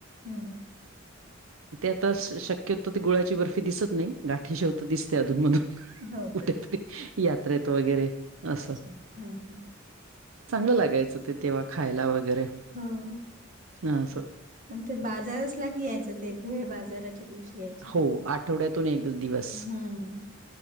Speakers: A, on the right; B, on the right.
A: हम्म
B: ते आता शक्यतो ते गुळा्याची बर्फी दिसत नाही गाठी शेवत दिसते अधून मधून
A: हो
B: कुठेतरी
A: का?
B: यात्रेत वगैरे असं
A: हम्म हम्.
B: चांगलं लागायचं ते तेव्हा खायला वगैरे
A: हम.
B: ह सर
A: ते बाजार असला की यायचं ते भेळ बाजाराच्या दिवशी याय
B: हो आठवड्यातून एक दिवस
A: हं.